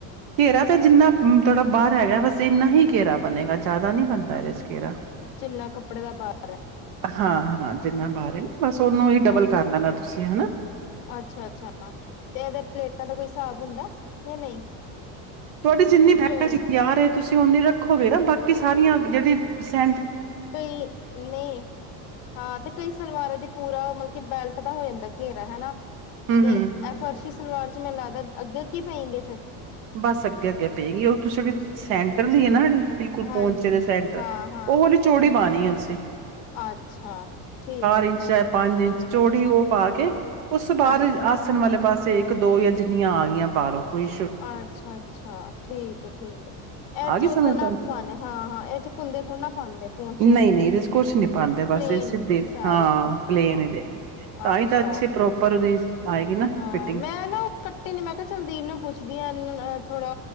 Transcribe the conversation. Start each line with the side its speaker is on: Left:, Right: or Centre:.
Right: ਘੇਰਾ ਤਾਂ ਜਿੰਨਾ ਤੁਹਾਡਾ ਬਾਹ ਹੈਗਾ ਬਸ ਇੰਨਾ ਹੀ ਘੇਰਾ ਬਣੇਗਾ ਜ਼ਿਆਦਾ ਨੀ ਬਣਦਾ ਇਹਦੇ ਚ। ਘੇਰਾ
Left: ਜਿੰਨਾ ਕੱਪੜੇ ਦਾ ਬਾਰ ਹੈ,
Right: ਹਾਂ ਹਾਂ ਜਿੰਨਾ ਬਾਹਰ ਹੈ ਨਾ ਬਸ ਉਹਨੂੰ ਹੀ ਡਬਲ
Left: ਅੱਛ,
Right: ਕਰ ਲੈਣਾ ਤੁਸੀਂ ਹਨਾ
Left: ਅੱਛਾ-ਅੱਛਾ ਤੇ ਇਦੇ ਪਲੇਟਾਂ ਦਾ ਕੋਈ ਹਿਸਾਬ ਹੁੰਦਾ ਜਾਂ ਨਹੀਂ?
Right: ਤੁਹਾਡੀੇ ਜਿੰਨੀ ਭੈਣ
Left: ਚੋਣ
Right: <unintelligible> ਯਾਰ ਏ। ਤੁਸੀਂ ਔਨੀੇ ਰੱਖੋਗੇ ਨਾ ਬਾਕੀ ਸਾਰੀਆਂ ਜਿਹੜੀ ਸੇ
Left: ਕਈ, ਨਹੀਂ, ਹਾਂ ਤੇ ਕਈ ਸਲਵਾਰਾਂ ਦੀ ਪੂਰਾ ਮਤਲਬ ਕਿ ਬੈਲਟ ਦਾ ਹੋ ਜਾਂਦਾ ਘੇਰਾ ਹੈਨਾ।
Right: ਹੂੰ
Left: ਤੇ
Right: ਹੂੰ
Left: ਐ ਫਰਸ਼ ਸਲਵਾਰ ਚ ਮੈਂਨੂ ਲਗਦਾ ਅੱਗੇ ਅੱਗੇ ਪਏਗੇ ਫੇਰ?
Right: ਬਸ ਅੱਗੇ ਅੱਗੇ ਪਏਗੀ ਓ ਤੁਸੀ ਜਿਹੜੀ ਸੈਂਟਰ ਦੀ ਹੈ ਨਾ ਜਿਹੜੀ ਬਿਲਕੁਲ
Left: ਹਾਂਜੀ।
Right: ਪੌਂਚੇ ਦੇ ਸੈਂਟਰ
Left: ਹਾਂ-ਹਾਂ
Right: ਓ ਆਲੀ ਚੋੜੀ ਬ ਨਹੀਂ ਅੱਸੀਂ
Left: ਅੱਛਾ, ਠੀਕ।
Right: ਇੰਚ ਚਾਹੇ ਪੰਜ ਇੰਚ ਚੋੜੀ ਓ ਪਾ ਕੇ ਓਸ ਤੋਂ ਬਾਦ
Left: ਹਾਂਜੀ
Right: ਚ ਆਸਨ ਵਾਲੇ ਪਾਸੇ ਇੱਕ-ਦੋ ਜਾਂ ਜਿੰਨੀਆਂ ਆ ਗਈਆਂ ਪਾਲੋ ਕੋਈ ਈ
Left: ਅੱਛਾ-ਅੱਛਾ, ਠੀਕ ਐ, ਠੀਕ ਐ। ਇਰਦੇ
Right: ਆ ਗਈ
Left: ਚ
Right: ਸਮਝ
Left: ਓ ਥੋੜ ਨਾ
Right: ਤੁਹਾਨੂੰ
Left: ਪਾਨਾ ਐ, ਹਾਂ-ਹਾਂ ਇਹਦੇ ਚ ਕੁੰਦੇ ਥੋੜ੍ਹੇ ਨਾ ਪਾਂਦੇ ਪੌਂਚੇਆ
Right: ਨਹੀਂ
Left: ਦੇ,
Right: ਨਹੀਂ ਇਹਦੇ ਚ ਕੁਛ ਨੀ ਪਾਉਂਦੇ ਬਸ
Left: ਪਲੇਨ
Right: ਇਹ ਸਿੱਧੇ
Left: ਸਾਰੀ
Right: ਹਾਂ
Left: ਹੁੰ,
Right: ਪਲੇਨ ਹੀ ਰਹੇਗੀ ਤਾਂ
Left: ਅੱਛਾ।
Right: ਹੀ ਤਾਂ ਅੱਛੀ ਪ੍ਰੋਪਰ ਉਹਦੀ ਆਏਗੀ ਨਾ
Left: ਹਾਂ
Right: ਫਿਟਿੰਗ
Left: ਮੈਂ ਨਾ ਓ ਕੱਟੇ ਨੇ, ਮੈਂ ਕਿਹਾ ਚਲ ਦੀ ਨੂੰ ਪੁੱਛਦੀ ਹਾਂ ਇਹਨਾਂ ਅ ਥੋੜਾ